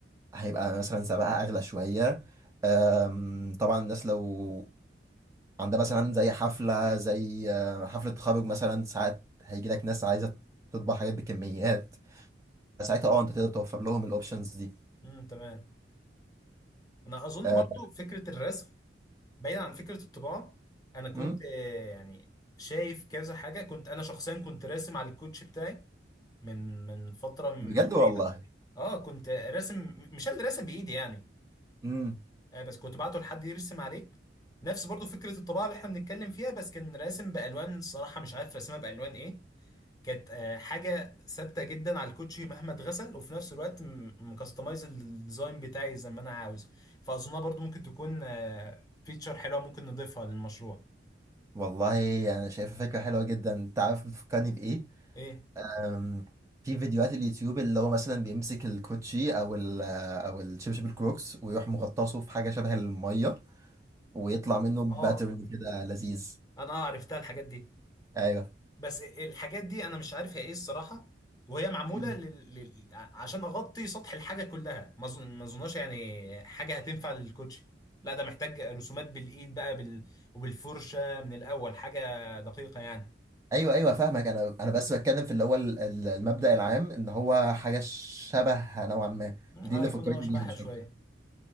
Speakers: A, on the right; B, on the left.
A: هيبقى مثلا سعرها اغلى شويه آم، طبعا الناس لو عندها مثلا زي حفله زي آه، حفله تخرج مثلا ساعات هيجي لك ناس عايزه تطبع حاجات بكميات ساعتها اه انت تقدر توفر لهم الاوبشنز دي
B: امم تمام انا اظن
A: آه،
B: برضو فكره الرسم بعيد عن فكره الطباعه انا كنت
A: مم.
B: آه، يعني شايف كذا حاجه كنت انا شخصيا كنت راسم على الكوتش بتاعي من من فتره مش
A: بجد والله
B: بعيده اه كنت راسم مش انا اللي راسم بايدي يعني
A: امم
B: آه بس كنت بعته لحد يرسم عليه نفس برضو فكره الطباعه اللي احنا بنتكلم فيها بس كان راسم بالوان الصراحه مش عارف راسمها بالوان ايه كانت آه، حاجة ثابتة جدا على الكوتشي مهما اتغسل وفي نفس الوقت م- مكستمايز الديزاين بتاعي زي ما انا عاوز فاظنها برضو ممكن تكون فيتشر حلوة ممكن نضيفها للمشروع
A: والله انا شايفه فكره حلوه جدا انت عارف بتفكرني بايه
B: ايه
A: أم، في فيديوهات اليوتيوب اللي هو مثلا بيمسك الكوتشي او ال او الشبشب الكروكس ويروح مغطسه في حاجه شبه الميه ويطلع منه باترن
B: اه
A: كده لذيذ
B: انا آه عرفتها الحاجات دي
A: ايوه
B: بس الحاجات دي انا مش عارف هي ايه الصراحة وهي معمولة
A: مم.
B: لل... لل... عشان اغطي سطح الحاجة كلها ما اظن ما اظنهاش يعني حاجة هتنفع للكوتشي لا ده محتاج رسومات بالايد بقى بال... وبالفرشة من الاول حاجة دقيقة يعني
A: ايوه ايوه فاهمك انا انا بس بتكلم في اللي هو ال- ال- المبدأ العام ان هو حاجه شبه نوعا ما
B: اه
A: دي اللي
B: يكون
A: فكرتني
B: آه شبهها
A: بيها مش
B: شوية
A: اكتر